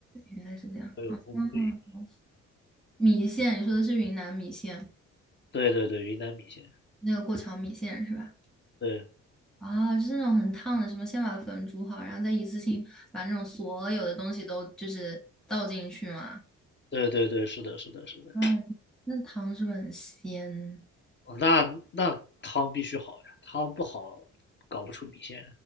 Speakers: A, in the centre; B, on the left (about 30°).
A: 原来是这样，
B: 都有风味，
A: 嗯嗯，懂米线，你说的是云南米线，
B: 对对对，云南米线，
A: 那个过桥米线是吧？
B: 对
A: 啊，就是那种很烫的，什么先把粉煮好，然后再一次性把那种所有的东西都就是倒进去嘛。
B: 对对对，是的是的是的，
A: 嗯，那汤是不是很鲜？
B: 哦那那汤必须好呀，汤不好搞不出米线。